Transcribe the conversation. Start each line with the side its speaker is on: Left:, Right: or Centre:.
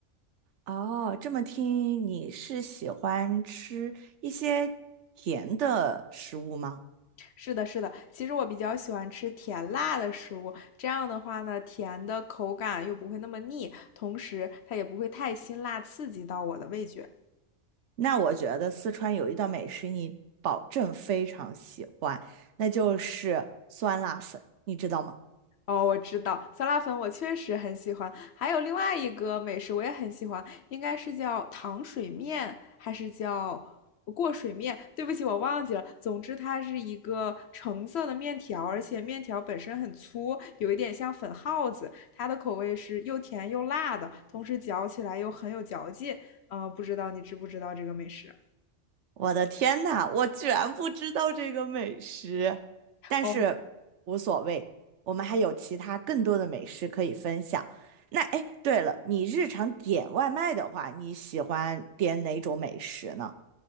Right: 哦，这么听你是喜欢吃一些甜的食物吗？
Left: 是的，是的。其实我比较喜欢吃甜辣的食物，这样的话呢，甜的口感又不会那么腻，同时它也不会太辛辣刺激到我的味觉。
Right: 那我觉得四川有一道美食你保证非常喜欢，那就是酸辣粉，你知道吗？
Left: 哦，我知道，酸辣粉我确实很喜欢，还有另外一个美食我也很喜欢，应该是叫糖水面，还是叫过水面？对不起，我忘记了。总之，它是一个橙色的面条，而且面条本身很粗，有一点像粉耗子。它的口味是又甜又辣的，同时嚼起来又很有嚼劲。嗯、不知道你知不知道这个美食？
Right: 我的天呐，我居然不知道这个美食，但是无所谓，
Left: 哦。
Right: 我们还有其他更多的美食可以分享。那哎，诶对了，你日常点外卖的话，你喜欢点哪种美食呢？